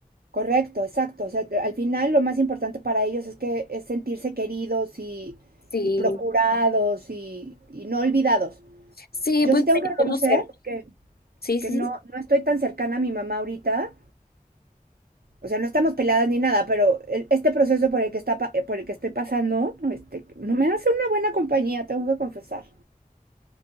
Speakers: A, on the right; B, on the left.
A: correcto, exacto. O sea, al final lo más importante para ellos es que es sentirse queridos y,
B: Sí,
A: y procurados y, y no olvidados.
B: sí,
A: Yo
B: pues
A: sí tengo
B: de
A: que reconocer
B: conocer.
A: que
B: Sí,
A: que
B: sí,
A: no,
B: sí.
A: no estoy tan cercana a mi mamá ahorita. O sea, no estamos peladas ni nada, pero el- este proceso por el que está pa- eh, por el que estoy pasando, este, no me hace una buena compañía, tengo que confesar.